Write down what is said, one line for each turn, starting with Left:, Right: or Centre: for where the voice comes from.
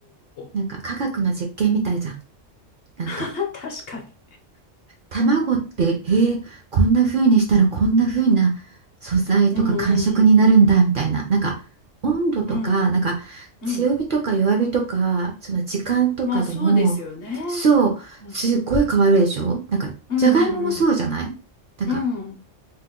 Right: なんか科学の実験みたいじゃん。
Left: ー。
Right: なんか
Left: <laughs> 確かに。
Right: 卵って、えー、こんな風にしたらこんな風な素材とか感触になるんだみたいな。
Left: うんうん
Right: なんか温度とか、
Left: うん。
Right: なんか強火とか弱火とか、
Left: うんうん。
Right: その時間とかでも、
Left: まあそうですよね。
Right: そう、
Left: うん
Right: すっごい変わるでしょなんかじゃがいももそうじゃないなんか
Left: うんうん。うん